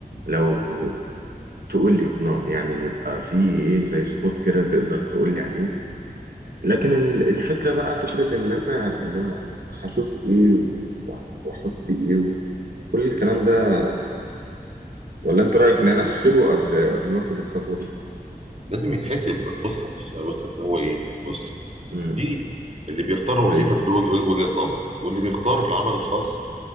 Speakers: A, on the right; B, on the right.
A: لو تقول لي تنو- يعني يبقى في ايه زي سبوت كده تقدر تقول لي عليه لكن ال- الفكرة بقى فكرة ان انا ان انا هشوف ايه و- واحط ايه وكل الكلام ده ولا انت رايك ان انا احسبه قبل قبل ما اخد الخطوه دي
B: لازم يتحسب بص بص بص أصل هو ايه بص
A: امم
B: في اللي بيختار وظيفة
A: ايوه
B: له وجهة نظر واللي بيختار العمل الخاص